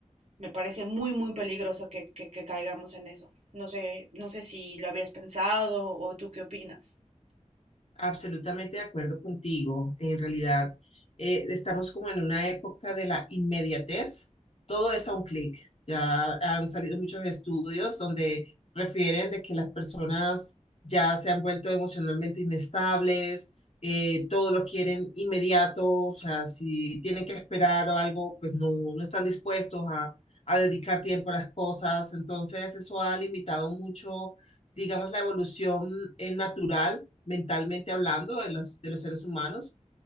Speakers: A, on the right; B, on the left.
A: me parece muy, muy peligroso que, que, que caigamos en eso. No sé, no sé si lo habías pensado o tú qué opinas.
B: Absolutamente de acuerdo contigo. En realidad, eh, estamos como en una época de la inmediatez. Todo es a un clic. Ya han salido muchos estudios donde refieren de que las personas ya se han vuelto emocionalmente inestables, eh, todo lo quieren inmediato, o sea, si tienen que esperar o algo, pues no, no están dispuestos a, a dedicar tiempo a las cosas. Entonces, eso ha limitado mucho, digamos, la evolución, eh, natural mentalmente hablando de los, de los seres humanos,